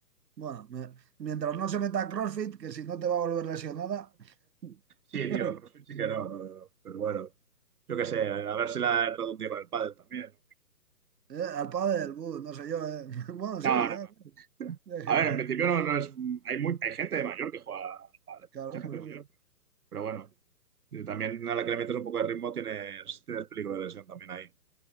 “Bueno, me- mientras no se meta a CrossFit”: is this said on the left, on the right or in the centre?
Right